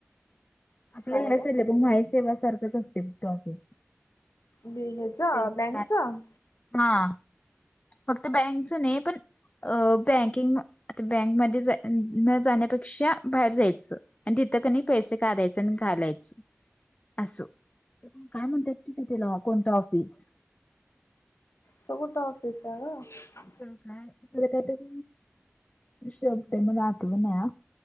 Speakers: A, on the left (about 30°); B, on the left (about 80°).
A: आपल्या
B: काय
A: ह
B: ग
A: स पण माझ सेवा सारखंच असते ऑफिस,
B: बी हेच
A: च
B: बँकच
A: हा, फक्त बँकच नाही पण, अ बँकिंग आता बँकमध्येध्ये न जाण्यापेक्षा बाहेर जायचं, आणि तिथं क नाही पैसे काढायचे आणि घालायचं, असो तर काय म्हणतात तिथ तला कोणतं ऑफिस
B: सगोट अऑफिस आहे ग
A: ह तला कायता क क शबद मंग क बनाया,